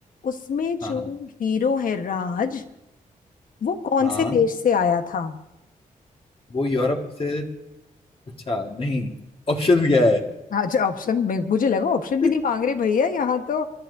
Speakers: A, on the left; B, on the left.
A: उसमें
B: हाँ
A: जो
B: हाँ
A: हीरो है राज वो कौन
B: हाँ
A: से देश से आया था
B: वो यूरोप से अच्छा नहीं ऑप्शन क्या है
A: अच्छा ऑप्शन मैं मुझे लगा ऑप्शन भी
B: <laughs>
A: नहीं मांग रहे भैया यहाँ तो